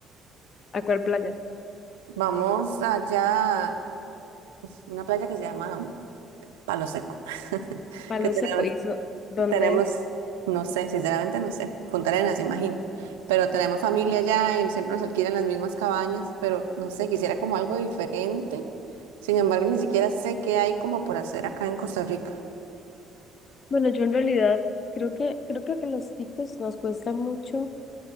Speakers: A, on the left; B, on the right.
A: ¿A cuál playa?
B: Vamos allá, una playa que se llama Palo Seco, <laughs>
A: Palo
B: que tenemos
A: Seco, ¿y eso dónde
B: Tenemos,
A: es?
B: no sé, sinceramente no sé, Punta Arenas, imagino, pero tenemos familia allá y siempre nos alquilan las mismas cabañas, pero no sé, quisiera como algo diferente. Sin embargo, ni siquiera sé qué hay como por hacer acá en Costa Rica.
A: Bueno, yo en realidad creo que creo que a los ticos nos cuesta mucho